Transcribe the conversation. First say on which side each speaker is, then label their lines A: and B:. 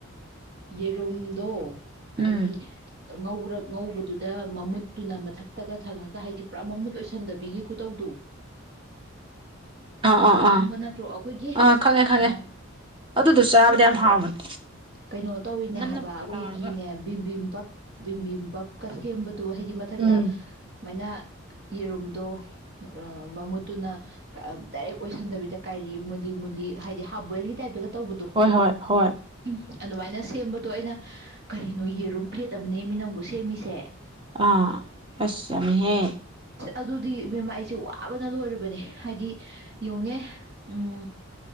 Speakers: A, on the right; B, on the right.
A: ꯌꯦꯔꯨꯝꯗꯣ ꯍꯥꯏꯗꯤ
B: ꯎꯝ
A: ꯉꯧꯔ ꯉꯧꯕꯗꯨꯗ ꯃꯃꯨꯠꯇꯨꯅ ꯃꯊꯛꯇꯒ ꯊꯪꯉꯒ ꯍꯥꯏꯗꯤ ꯄꯨꯔꯥ ꯃꯃꯨꯠ ꯑꯣꯏꯁꯟꯗꯕꯤꯒꯤ ꯈꯨꯗꯧꯗꯨ
B: ꯑꯥ ꯑꯥ
A: ꯈꯪꯕ
B: ꯑꯥ
A: ꯅꯠꯇ꯭ꯔꯣ ꯑꯩꯈꯣꯏꯒꯤ
B: ꯑꯥ ꯈꯪꯉꯦ ꯈꯪꯉꯦ
A: ꯑ
B: ꯑꯗꯨꯗꯣ ꯆꯥꯕꯗ
A: ꯑꯩꯈꯣꯏꯒꯤ
B: ꯌꯥꯝ ꯍꯥꯎꯕꯅꯦ
A: ꯀꯩꯅꯣ ꯇꯧꯔꯤꯅꯦ
B: ꯅꯝ
A: ꯍꯥꯏꯕ
B: ꯅꯞꯀ
A: ꯑꯩꯈꯣꯏꯒꯤꯅꯦ
B: ꯂꯥꯎꯔꯒ
A: ꯕꯤꯝꯕꯤꯕꯞ ꯕꯤꯕꯤꯕꯞ ꯀꯁ ꯍꯕꯗ ꯑꯗꯨ ꯍꯥꯏꯗꯤ ꯃꯊꯛꯇ
B: ꯎꯝ
A: ꯃꯥꯏꯅ ꯌꯦꯔꯨꯝꯗꯣ ꯑꯃꯃꯨꯠ ꯑꯗꯨꯅ ꯗꯥꯏꯔꯦꯛ ꯑꯣꯏꯁꯟꯗꯕꯤꯗ ꯀꯥꯏꯔꯤ ꯃꯨꯂꯤ ꯃꯨꯂꯤ ꯍꯥꯏꯗꯤ ꯍꯥꯔꯞ ꯕꯣꯏꯜꯒꯤ ꯇꯥꯏꯞꯇ ꯇꯧꯕꯗꯨ
B: ꯍꯣꯏ ꯍꯣꯏ ꯍꯣꯏ
A: ꯎꯝ ꯑꯗꯨꯃꯥꯏꯅ ꯁꯦꯝꯕꯗꯣ ꯑꯩꯅ ꯀꯔꯤꯅꯣ ꯌꯦꯔꯨꯝ ꯄ꯭ꯂꯦꯠ ꯑꯃꯅꯦ ꯃꯤ ꯅꯪꯕꯨ ꯁꯦꯝꯃꯤꯁꯦ
B: ꯑꯥ ꯑꯁ ꯌꯥꯝꯃꯦꯍꯦ
A: ꯑꯗꯨꯗꯤ ꯕꯦꯝꯃ ꯑꯩꯁꯦ ꯋꯥꯕꯅ ꯂꯣꯏꯔ ꯅꯦ ꯍꯥꯏꯗꯤ ꯌꯦꯡꯎꯅꯦ ꯎꯝ